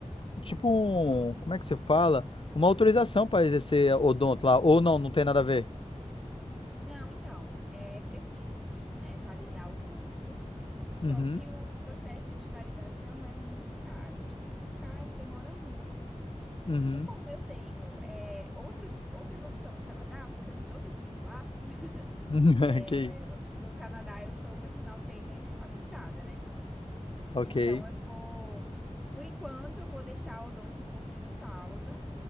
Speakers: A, on the left; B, in the centre.
A: tipo um, como é que você fala? Uma autorização para exercer odonto lá, ou não, não tem nada a ver.
B: Não, então, é preciso sim, né, validar o curso. Só
A: Uhum,
B: que o processo de validação é muito caro, tipo, é muito caro e demora muito.
A: uhum.
B: E como eu tenho é, outro, outra profissão no Canadá, porque eu fiz outro curso lá,
A: <laughs>
B: É,
A: Ok,
B: no Canadá eu sou personal trainer habilitada, né?
A: ok.
B: Então eu vou, por enquanto, eu vou deixar o odonto um pouquinho em pausa